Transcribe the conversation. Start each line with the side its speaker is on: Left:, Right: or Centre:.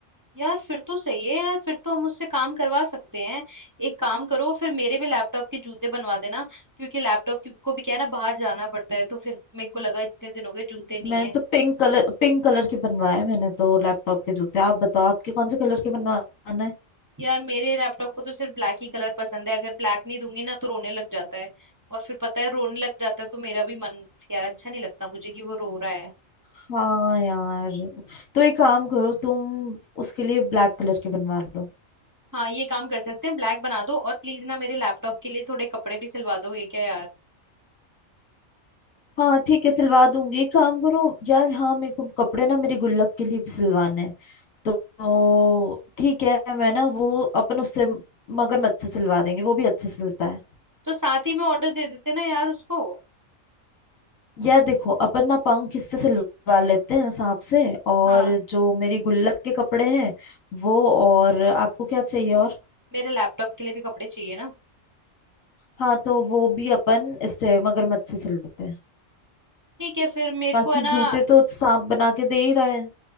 Right: यार फिर तो सही है यार फिर तो हम उससे काम करवा सकते हैं एक काम करो फिर मेरे भी लैपटॉप के जूते बनवा देना क्योंकि लैपटॉप की- को भी क्या है ना बाहर जाना पड़ता है तो फिर मेरे को लगा इतने दिन हो गए जूते नहीं
Left: मैंने
Right: है
Left: तो पिंक कलर पिंक कलर के बनवाए मैंने तो लैपटॉप के जूते आप बताओ आपके कौन से कलर के बनवाना है
Right: यार मेरे लैपटॉप को तो सिर्फ ब्लैक ही कलर पसंद है अगर ब्लैक नहीं दूंगी ना तो रोने लग जाता है और फिर पता है रोने लग जाता है तो मेरा भी मन यार अच्छा नहीं लगता मुझे कि वो रो रहा है
Left: हाँ यार तो एक काम करो तुम उसके लिए ब्लैक कलर के बनवा लो
Right: हाँ ये काम कर सकते हैं ब्लैक बना दो और प्लीज ना मेरे लैपटॉप के लिए थोड़े कपड़े भी सिलवा दोगे क्या यार
Left: हाँ ठीक है सिलवा दूंगी एक काम करो यार हाँ मेरे को कपड़े ना मेरी गुल्लक के लिए भी सिलवाने हैं तो तो ठीक है मैं ना वो अपन उससे मगरमच्छ से सिलवा देंगे वो भी अच्छे सिलता है
Right: तो साथ ही में ऑर्डर दे देते ना यार उसको
Left: यार देखो अपन ना पंख किससे से लगा लेते हैं सांप से और
Right: हाँ
Left: जो मेरी गुल्लक के कपड़े हैं वो और आपको क्या चाहिए और
Right: मेरे लैपटॉप के लिए भी कपड़े चाहिए ना
Left: हाँ तो वो भी अपन इससे मगरमच्छ से सिल लेते हैं
Right: ठीक है फिर मेरे
Left: बाकी
Right: को है ना
Left: जूते तो सांप बना के दे ही रहा है